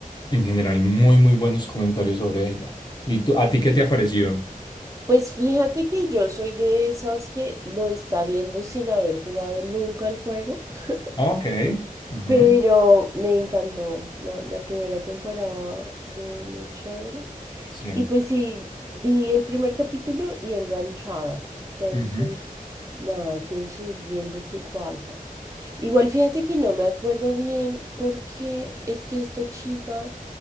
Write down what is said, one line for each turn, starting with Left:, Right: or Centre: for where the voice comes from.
Left: en general muy muy buenos comentarios sobre ella. ¿Y tú, a ti qué te ha parecido?
Right: Pues fíjate que yo soy de esas que lo está viendo sin haber jugado nunca el juego, <laughs>
Left: Ok. ujú,
Right: pero me encantó, ¿no? La primera temporada muy, muy chévere.
Left: Sí.
Right: Y pues sí, vi el primer capítulo y enganchada. Entonces,
Left: ujú.
Right: nada, quiero seguir viendo qué pasa. Igual fíjate que no me acuerdo bien porque es que esta chica